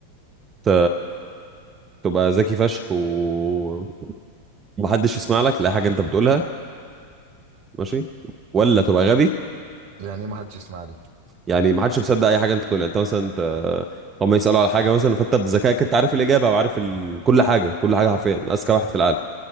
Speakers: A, on the right; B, on the right.
A: ت... تبقى ذكي فشخ و- ومحدش يسمع لك لا حاجه انت بتقولها ماشي ولا تبقى غبي
B: يعني ايه ما حدش يسمع لي
A: يعني محدش مصدق اي حاجه انت بتقولها انت مثلا انت هم يسالوا على حاجه مثلا فانت بذكائك انت عارف الاجابه وعارف ال... كل حاجه كل حاجه حرفيا اذكى واحد في العالم